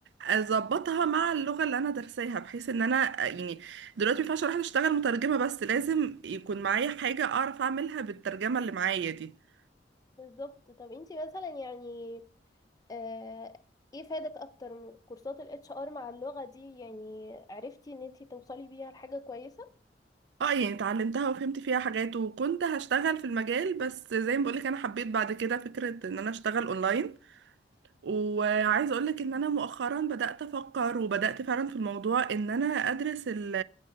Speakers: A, on the right; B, on the left.
A: اظبطها مع اللغه اللي انا درساها بحيث ان انا آه، يعني دلوقتي ما ينفعش اروح اشتغل مترجمه بس لازم يكون معايا حاجه اعرف اعملها بالترجمه اللي معايا دي
B: بالظبط طب انتي مثلا يعني آه، ايه فادك اكتر م- كورسات الاتش ار مع اللغة دي يعني عرفتي ان انتي توصلي بيها لحاجة كويسة
A: اه يعني اتعلمتها وفهمت فيها حاجات وكنت هشتغل في المجال بس زي ما بقولك انا حبيت بعد كده فكرة ان انا اشتغل اونلاين وعايزة اقولك ان انا مؤخرا بدأت افكر وبدأت فعلا في الموضوع ان انا ادرس ال